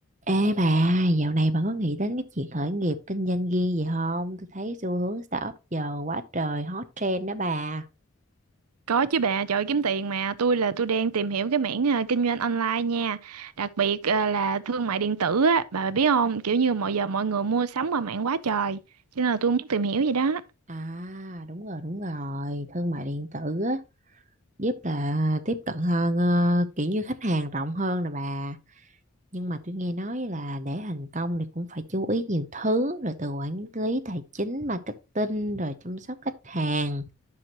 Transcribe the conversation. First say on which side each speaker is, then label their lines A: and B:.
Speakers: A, on the right (about 35°); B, on the right (about 80°).
A: Ê bà, dạo này bà có nghĩ đến cái chuyện khởi nghiệp kinh doanh riêng gì không? Tôi thấy xu hướng startup giờ quá trời hot trend đó bà.
B: Có chứ bà, trời ơi, kiếm tiền mà tôi là tôi đang tìm hiểu cái mảng à, kinh doanh online nha, đặc biệt à, là thương mại điện tử á, bà biết không? Kiểu như mọi giờ mọi người mua sắm qua mạng quá trời, cho nên là tôi muốn tìm hiểu gì đó.
A: À, đúng rồi, đúng rồi. Thương mại điện tử á, giúp là tiếp cận hơn, ờ, kiểu như khách hàng rộng hơn nè bà. Nhưng mà tôi nghe nói là để thành công thì cũng phải chú ý nhiều thứ, rồi từ quản lý tài chính, marketing, rồi chăm sóc khách hàng.